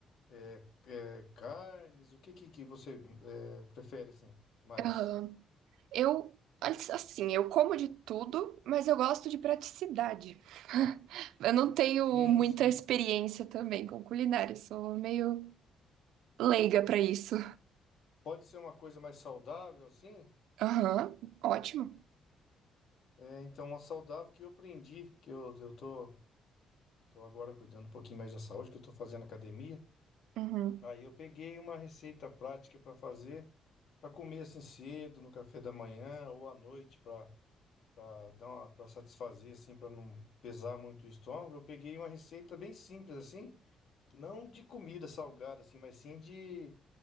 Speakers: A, on the left (about 65°); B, on the right (about 80°).
A: é, é, carnes? O que que, que você é, prefere assim mais?
B: Aham. Eu, assim, eu como de tudo, mas eu gosto de praticidade. Eu não tenho
A: Sim,
B: muita
A: sim.
B: experiência também com culinária, sou meio leiga pra isso.
A: Pode ser uma coisa mais saudável assim?
B: Aham, ótimo.
A: É, então, uma saudável que eu aprendi, que eu, eu tô, tô agora cuidando um pouquinho mais da saúde, que eu tô fazendo academia.
B: Uhum,
A: Aí eu peguei uma receita prática para fazer, para comer assim cedo, no café da manhã ou à noite, para para dar uma, para satisfazer assim, para não pesar muito o estômago. Eu peguei uma receita bem simples assim, não de comida salgada assim, mas sim de